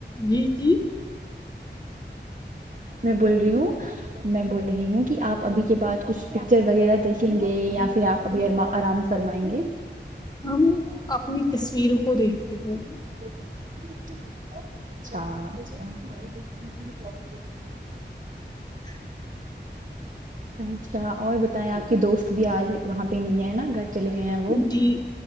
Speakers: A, on the left; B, on the right.
A: جی جی
B: میں بول رہی ہوں میں بول رہی ہوں کہ آپ ابھی کے بع کچھ پکچر وغیرہ دیکھیں گے یا پھر آپ ابھی آرام فرمائیں گے
A: ہم اپنی تصویروں کو دیکھتے ہیں
B: <unintelligible> اچھا اچھا مک چوے
A: ہی <unintelligible>
B: اچھا اور بتائیں آپ کی دوست بھی آج وہاں پہ نہیں ہے نا گھر چلے گئے ہیں وہ
A: جی